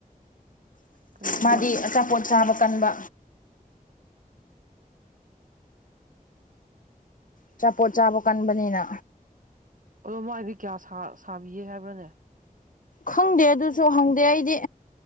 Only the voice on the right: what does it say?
ꯀꯔꯤꯒꯤꯅꯣ
ꯑꯗꯣ ꯃꯥꯒꯤꯗꯤ ꯀꯌꯥ ꯁꯥꯕꯤꯌꯦ ꯍꯥꯏꯕ꯭ꯔꯅꯦ